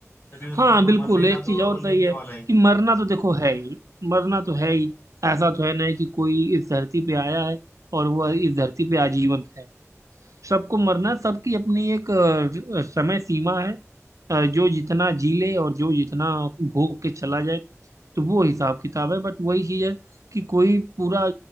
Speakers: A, on the left; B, on the right.
A: तभी
B: हाँ
A: उसको
B: बिल्कुल
A: तो मरने
B: एक
A: का
B: चीज
A: तो
B: और
A: लिखे
B: सही है
A: वाला है
B: कि मरना तो देखो है ही मरना तो है ही ऐसा तो है नहीं कि कोई इस धरती पे आया है और वह इस धरती पे आजीवन रहेगा सबको मरना है, सबकी अपनी एक अ, समय सीमा है अ, जो जितना जी ले और जो जितना भोग के चला जाए तो वो हिसाब किताब है बट वही चीज है कि कोई पूरा